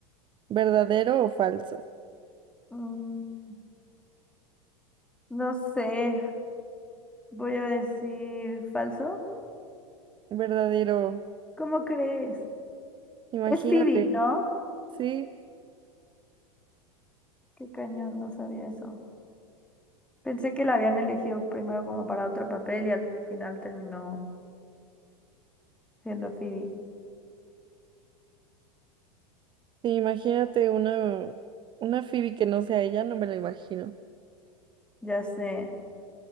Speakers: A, on the right; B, in the centre.
A: ¿Verdadero o falso?
B: Mm, no sé, voy a decir falso.
A: Verdadero.
B: ¿Cómo crees?
A: Imagínate,
B: Es Phoebe, ¿no?
A: sí,
B: Qué cañón, no sabía eso. Pensé que la habían elegido primero como para otro papel y al final terminó. siendo Phoebe.
A: sí, imagínate una, una Phoebe que no sea ella, no me la imagino.
B: Ya sé.